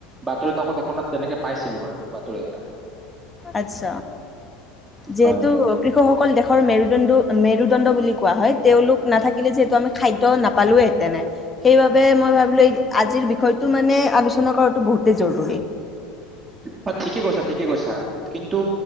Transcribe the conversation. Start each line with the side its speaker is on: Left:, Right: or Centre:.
Right: বাতৰি কাকত এখনত তেনেকে। পাইছিলো বাৰু বাতৰি এটা।
Left: আচ্ছা যিহেতু
Right: হয়
Left: কৃষকসকল দেখ মেৰুদণ্ড -মেৰুদণ্ড বুলি কোৱা হয় তেওঁলোক নাথাকিলে যিহেতু আমি খাদ্য নাপালোহেঁতেনে সেইবাবে মই ভাবিলোঁ আজিৰ বিষয়টো মানে আলোচনা কৰাটো বহুতেই জৰুৰী।
Right: হয় ঠিকে কৈছা -ঠিকে কৈছা কিন্তু